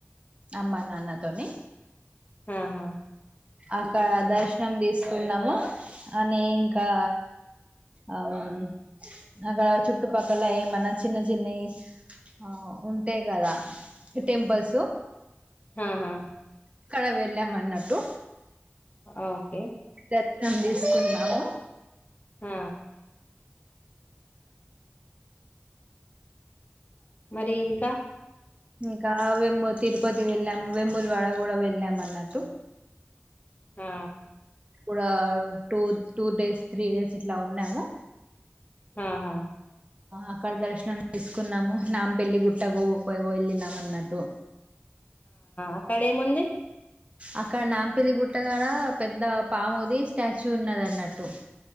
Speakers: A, on the right; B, on the left.
A: అమ్మా నాన్నతోని
B: ఆహా
A: అకా దర్శనం తీసుకున్నము అని ఇంకా అవ్ ఉమ్మ్ అక చుట్టుపక్కల ఏమన్న చిన్న చిన్నయి ఆ ఉంటయి కదా టెంపుల్స్
B: ఆహా
A: అక్కడ వెళ్ళామన్నట్టు
B: ఓకే
A: దత్రం తీస్కున్నామూ
B: ఆ మరి ఇంకా
A: ఇంకావేమో తిరుపతి వెళ్ళాము వెముల్వాడ కూడా వెళ్ళామన్నట్టు
B: ఆ
A: <unintelligible> కూడా two two days three days ఇట్ల ఉన్నము
B: ఆహా
A: అక్కడ దర్శనం తీసుకున్నము నాంపెల్లి గుట్టకు పో వెళ్ళినామ్ అన్నట్టు
B: అక్కడే ముంది.
A: అక్కడ నాంపల్లి గుట్టగాడ పెద్ద పాముది స్టాచ్యూ ఉన్నదన్నట్టు